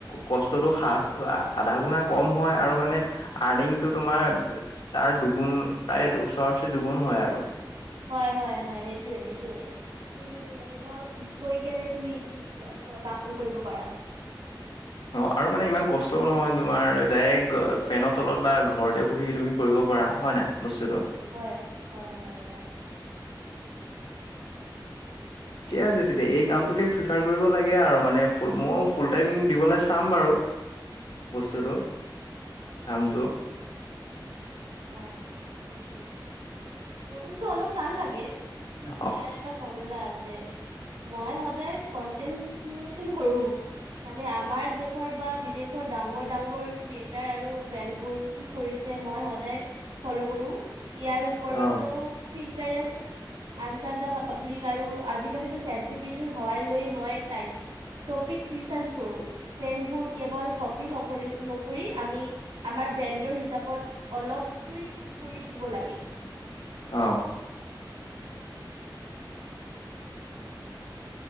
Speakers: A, on the left; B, on the right.
A: কষ্টতটো হাফ আধা গুণা কম হয় আৰু মানে আৰ্নিংটো তোমাৰ তাৰ দুগুণ প্ৰায় ওচৰা ওচৰি দুগুণ হয় আৰু।
B: হয় হয় হয় সেইটোৱে সেইটোৱে। তুমি মানে ঘৰত গৈ কেনে তুমি কি কাম কৰিব পাৰা।
A: অ আৰু মানে ইমান কষ্টও নহয় তোমাৰ ডাইৰেক্ট ফেনৰ তলত বা ঘৰতে বহি তুমি কৰিব বৰা হয় নাই। বস্তুটো
B: হয় হয় হয় হয়। <inaudible>
A: ঠিকে আছে তেতিয়া এই কামটোকে প্ৰিফাৰ কৰিব লাগে আৰু মানে মই ফুল টাইম দিবলৈ চাম বাৰু বস্তুটো,
B: উম
A: কামটো।
B: হয় সেইটোৱে, প্ৰথমটো অলপ টান লাগে। কিন্তু
A: অ',
B: ইয়াৰ এটা ফৰ্মুলা আছে। যে মই সদায় কনটেন্ত্ ক্ৰীয়েচন কৰো। মানে আমাৰ দেশৰ বা বিদেশৰ ডাঙৰ -ডাঙৰ ক্ৰিয়েটাৰ আৰু ব্ৰেণ্ডবোৰ কি কৰিছে। মই সদায় ফ'ল' কৰো, ইয়াৰ ওপৰতো
A: অ',
B: ইণ্টাৰেষ্ট আনাচাৰ পাব্লিক আৰু আজিকালিতো চেট জি পি টিৰ সহায় লৈই মই টপিক ৰিচাৰ্জ কৰোঁ ট্ৰেনড বোৰ কেৱল কপি নকৰি আমি আমাৰ বেণ্ডৰ হিচাপত অলপ টুইষ্ট কৰি দিব লাগে
A: অ।